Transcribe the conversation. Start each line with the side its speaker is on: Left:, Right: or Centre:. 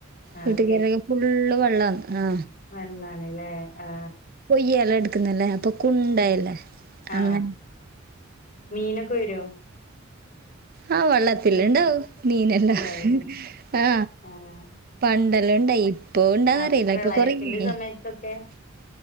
Left: അത്
Right: വീട്ട്ക്ക് <unintelligible> ഫുള്ള് വെള്ളാന്ന് ആ
Left: വെള്ളാണ്ലേ ആ
Right: കൊയ്യ എല്ലാം എടുക്കുന്നല്ലേ അപ്പൊ കുണ്ടായല്ലേ
Left: ഉം.. ആ
Right: അങ്ങനെ.
Left: മീനൊക്കെ വരോ?
Right: ആ വള്ളത്തിലുണ്ടാവും
Left: മീൻ
Right: മീനെല്ലാം
Left: ഉണ്ടാവൂലേ
Right: ആ
Left: ആഹ്
Right: പണ്ടെല്ലാം ഇണ്ടായി. ഇപ്പ ഇണ്ടാന്നറിയില്ല
Left: ആ പ്രളയത്തിന്റെ
Right: ഇപ്പൊ കൊറേ <unintelligible>
Left: സമയത്തൊക്കെ